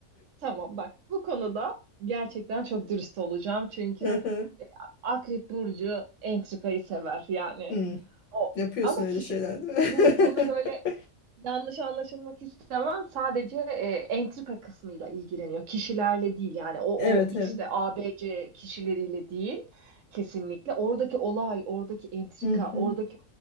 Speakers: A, on the right; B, on the left.
A: Tamam bak bu konuda gerçekten çok dürüst olacağım çünkü
B: Hı
A: e, Akrep Burcu entrikayı sever yani
B: Hmm.
A: o
B: Yapıyorsun
A: ama
B: öyle
A: kişi
B: şeyler değil
A: bu,
B: mi?
A: bunu böyle
B: <laughs>
A: yanlış anlaşılmak istemem sadece e, entrika kısmıyla ilgileniyor kişilerle değil yani o
B: Evet
A: o işte
B: evet.
A: A B c kişileriyle değil kesinlikle oradaki olay oradaki entrika
B: Hı hı.
A: oradaki